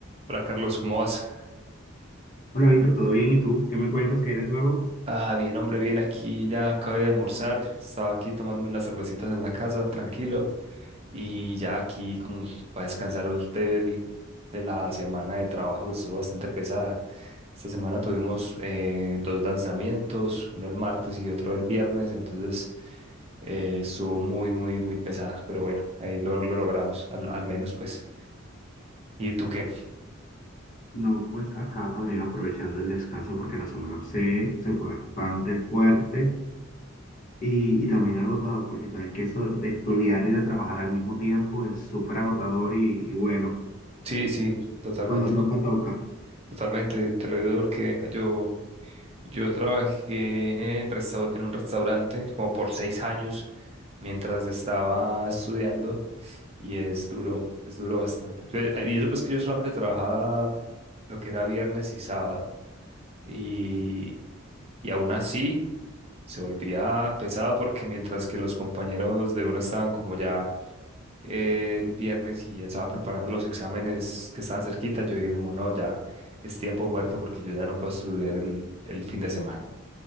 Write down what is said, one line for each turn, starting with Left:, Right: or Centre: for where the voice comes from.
Right: Hola Carlos, ¿cómo vas?
Left: Hola Víctor, ¿todo bien? ¿Y tú? ¿Qué me cuentas? ¿Qué hay de nuevo?
Right: Ah, bien, hombre, bien, aquí ya acabé de almorzar, estaba aquí tomándome unas cervecitas en la casa, tranquilo, y ya aquí como para descansar del, de la semana de trabajo que estuvo bastante pesada. Esta semana tuvimos eh, dos lanzamientos, uno el martes y otro el viernes, entonces eh, estuvo muy, muy, muy pesada, pero bueno, ahí lo, lo logramos, al, al menos pues. ¿Y tú qué?
Left: No, pues acá también aprovechando el descanso porque la semana se, se fue bastante fuerte y, y también agotado porque sabes que eso de estudiar y de trabajar al mismo tiempo es súper agotador y, y bueno,
Right: Sí, sí, totalmente,
Left: cuando toca, toca.
Right: totalmente, te lo digo porque yo... Yo trabajé en, restaur- en un restaurante como por seis años mientras estaba estudiando y es duro, es duro bastante. Pe- Y eso pues que yo solamente trabajaba lo que era viernes y sábado y, y aún así se volvía pesado porque mientras que los compañeros de uno estaban como ya eh, el viernes y estaba preparando los exámenes que estaban cerquita, yo dije como no, ya es tiempo muerto porque yo ya no puedo estudiar el, el fin de semana.